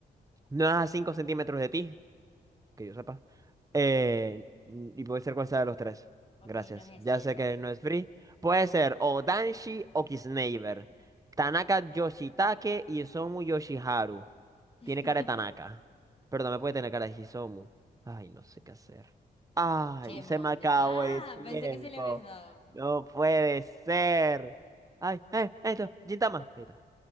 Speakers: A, on the right; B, on the left.
A: no es a 5 centímetros de ti, que yo sepa. Eh, n- y puede ser cual sea de los tres.
B: Ok,
A: Gracias.
B: no es
A: Ya
B: ese, ya
A: sé
B: sabéis.
A: que no es free. Puede ser
B: Sí.
A: o Danshi o Kisneiver. Tanaka Yoshitake y Isomu Yoshiharu.
B: <laughs>
A: Tiene cara de Tanaka. Pero también puede tener cara de Hisomu. Ay, no sé qué hacer. Ay,
B: Qué monde.
A: se me acabó
B: Ah,
A: el tiempo.
B: pensé que se le habías dado.
A: No puede ser. Ay, ay, esto, Gintama. Ahí está.